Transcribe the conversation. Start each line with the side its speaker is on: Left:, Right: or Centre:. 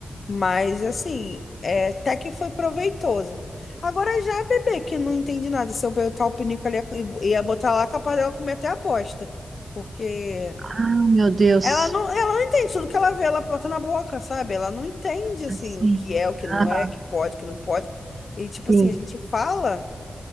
Left: Mas assim, é, até que foi proveitoso. Agora já a bebê, que não entende nada, se eu botar o pinico ali, e ia botar lá, capaz dela comer até a bosta. Porque
Right: Ah, meu Deus.
Left: ela não, ela não entende tudo que ela vê, ela bota na boca, sabe? Ela não entende, assim,
Right: Assim.
Left: o que é, o que não
Right: Aham,
Left: é, o que pode, o que não pode. E, tipo
Right: sim.
Left: assim, a gente fala